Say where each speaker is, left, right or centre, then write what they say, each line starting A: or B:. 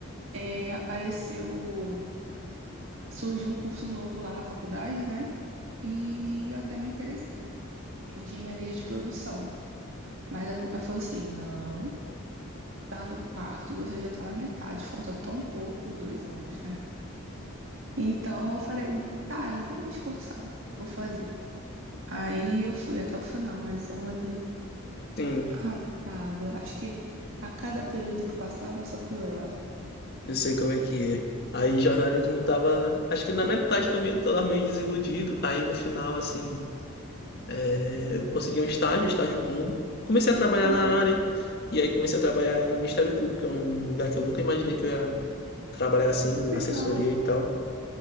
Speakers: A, on the right; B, on the left.
A: é, apareceu, surgiu um curso novo lá na faculdade, né? E eu até me interessei em engenharia de produção. Mas aí meu pai falou assim: não, tá no quarto, você já tá na metade, falta tão pouco, dois anos, né? Então eu falei: tá, eu vou me esforçar, vou fazer. Aí eu fui até o final, mas olha,
B: Sim,
A: arrastada. Acho que a cada período que passava só piorava.
B: eu sei como é que é. Aí jornalismo tava, acho que na metade também eu tava meio desiludido. Aí no final, assim, é, eu consegui um estágio, um estágio bom. Comecei a trabalhar
A: Uhum,
B: na área, e aí comecei a trabalhar no Ministério Público, é um lugar que eu nunca imaginei que eu ia trabalhar assim, na
A: final.
B: assessoria e tal.